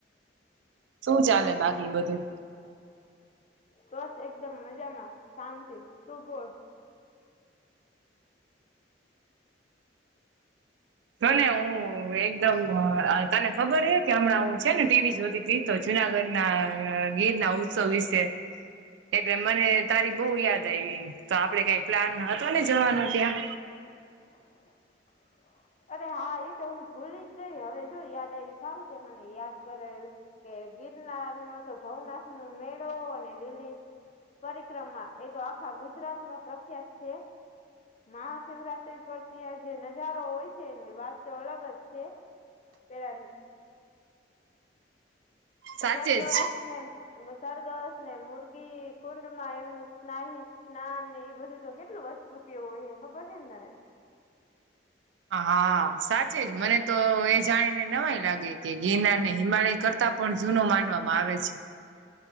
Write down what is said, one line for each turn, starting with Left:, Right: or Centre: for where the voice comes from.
Right: શું ચાલે બાકી બધું?
Left: બસ એકદમ મજામાં શાંતિ તું બોલ.
Right: તને હું એકદમ તને ખબર હે કે હમણાં હું છે ને ટીવી જોતીતી તો જુનાગઢના ગીરના ઉત્સવ વિશે એટલે મને તારી બહુ યાદ આયવી તો આપડે કાઈ પ્લાન હતો ને જવાનું ત્યાં
Left: હ અરે હા એ તો હું ભૂલી જ ગઈ હવે જો યાદ આવ્યું સારું છે મને યાદ કરાયું કે ગિરનારનો તો ભવનાથનો મેળો અને લીલી પરિક્રમા, એ તો આખા ગુજરાતમાં પ્રખ્યાત છે. મહાશિવરાત્રી પર ત્યાં જે નજારો હોય છ છે, એની વાત તો અલગ જ છે પેલા
Right: સાચે
Left: સરગસ
Right: જ.
Left: ને એમાં સરગસ ને મુરગી કુંડમાં એમનું સ્નાય સ્નાન ને એ બધું તો કેટલું બ ઉંચી હોય હે, ખબર હે ને તને?
Right: હા, હા, સાચે જ મને તો એ જાણીને નવાય લાગે કે ગિરનાર ને હિમાલય કરતા પણ જૂનો માનવામાં આવે છે.